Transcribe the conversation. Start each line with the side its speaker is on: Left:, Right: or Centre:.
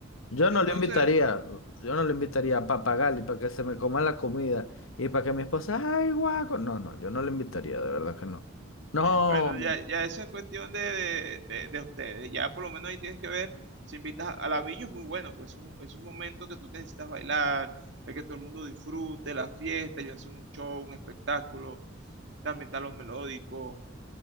Left: Yo
Right: Entonces,
Left: no le invitaría, yo no le invitaría a Papagali para que se me coma la comida y para que mi esposa, ay, Guaco. No, no, yo no le invitaría, de verdad que no. No,
Right: Bueno, ya, ya eso es cuestión de, de, de- de ustedes. Ya por lo menos ahí tienes que ver si invitas a la villa, es muy bueno, pues es un, es un momento que tú necesitas bailar, el que todo el mundo disfrute, la fiesta, ya sea un show, un espectáculo, también está lo melódico.